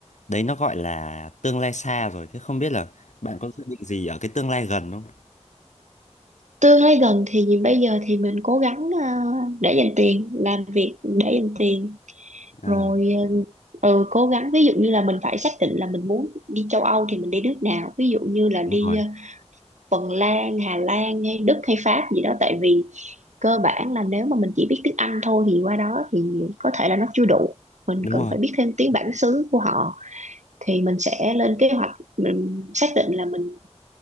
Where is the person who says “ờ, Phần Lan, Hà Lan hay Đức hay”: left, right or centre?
Right